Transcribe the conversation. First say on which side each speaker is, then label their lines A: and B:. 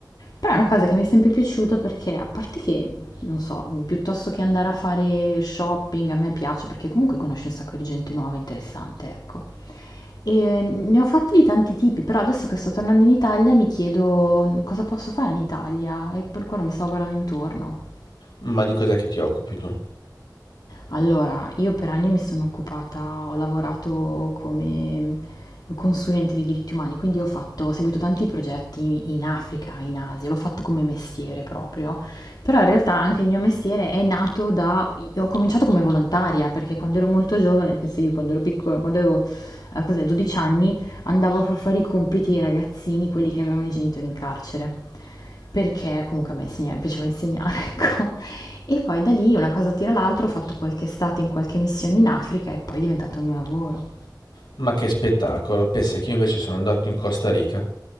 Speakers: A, on the left (about 65°); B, on the left (about 85°).
A: Però è una cosa che mi è sempre piaciuta perché, a parte che, non so, mhmm, piuttosto che andare a fare shopping, a me piace perché comunque conosci un sacco di gente nuova e interessante, ecco. Ehm, ne ho fatti di tanti tipi, però adesso che sto tornando in Italia mi chiedo cosa posso fare in Italia e per quello mi sto guardando intorno.
B: Ma di cos'è che ti occupi tu?
A: Allora, io per anni mi sono occupata, ho lavorato come consulente di diritti umani, quindi ho fatto, ho seguito tanti progetti in Africa, in Asia, l'ho fatto come mestiere proprio, però in realtà anche il mio mestiere è nato da, ho cominciato come volontaria, perché quando ero molto giovane, penso io quando ero piccola, quando avevo, eh, cos'è, 12 anni, Andavo a far fare i compiti ai ragazzini, quelli che avevano i genitori in carcere, perché comunque a me insegna- mi piaceva insegnare, <laughs> ecco. E poi da lì una cosa tira l'altra, ho fatto qualche estate in qualche missione in Africa e poi è diventato il mio lavoro.
B: Ma che spettacolo, pensa che io invece sono andato in Costa Rica.